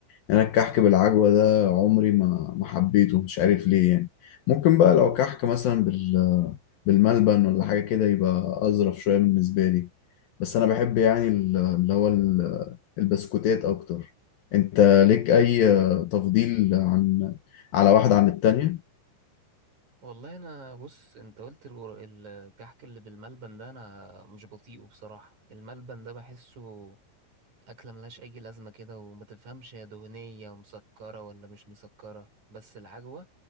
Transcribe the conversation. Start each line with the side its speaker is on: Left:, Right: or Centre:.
Left: يعني انا الكحك بالعجوة ده عمري ما ما حبيته مش عارف ليه يعني ممكن بقى لو كحك مثلا بال بالملبن ولا حاجة كده يبقى أظرف شوية بالنسبة لي بس أنا بحب يعني ال- اللي هو ال- البسكوتات أكتر أنت ليك أي آه، تفضيل عن على واحدة عن التانية؟
Right: والله انا بص انت قلت الور- الكحك اللي بالملبن ده انا مش بطيقه بصراحة الملبن ده بحسه اكلة ملهاش اي لازمة كده وما تفهمش هي دهنية ومسكرة ولا مش مسكرة بس العجوة